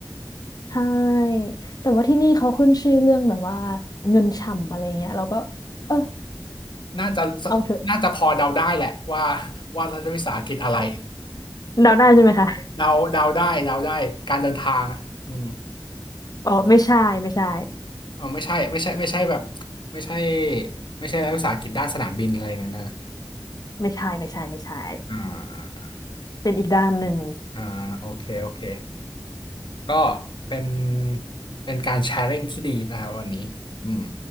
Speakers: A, on the left; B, on the left.
A: ใช่แต่ว่าที่นี่เขาขึ้นชื่อเรื่องแบบว่าเงินฉ่ำอะไรเงี้ยเราก็เออ
B: น่าจะ
A: เอาเถอะ
B: น่าจะพอเดาได้แหละว่าว่ารัฐวิสาหกิจอะไร
A: เดาได้ใช่ไหมคะ
B: เราเดาได้เดาได้การเดินทางอ่ะอืม
A: อ๋อไม่ใช่ไม่ใช่
B: เอ๋อไม่ใช่ไม่ใช่ไม่ใช่แบบไม่ใช่ไม่ใช่รัฐวิสาหกิจด้านสนามบินอะไรอย่างนั้นนะ
A: ไม่ใช่ไม่ใช่ไม่ใช่
B: อ่า
A: เป็นอีกด้านหนึ่ง
B: อ่าโอเคโอเคก็เป็นเป็นการแชร์ริ่งที่ดีนะครับวันนี้อืม